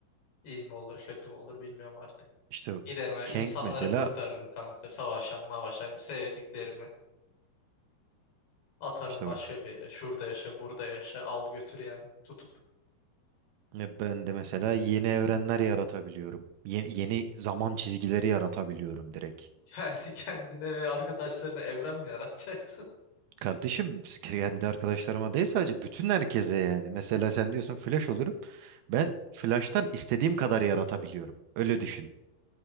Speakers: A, on the left; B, on the right.
A: İyi mi olur kötü mü olur bilmiyorum artık.
B: İşte
A: Giderim ve
B: Kang
A: insanları
B: mesela
A: kurtarırım kanka. Savaşan mavaşan sevdiklerimi. Atarım
B: işte
A: başka
B: bak
A: bir yere. Şurada yaşa burada yaşa. Al götür yani tutup.
B: ya ben de mesela yeni evrenler yaratabiliyorum. Yeni, yeni zaman çizgileri yaratabiliyorum direkt.
A: <laughs> Yani kendine ve arkadaşlarına evren mi yaratacaksın?
B: Kardeşim kendi arkadaşlarıma değil sadece bütün herkese yani. Mesela sen diyorsun flash olurum. Ben flash'tan istediğim kadar yaratabiliyorum. Öyle düşün.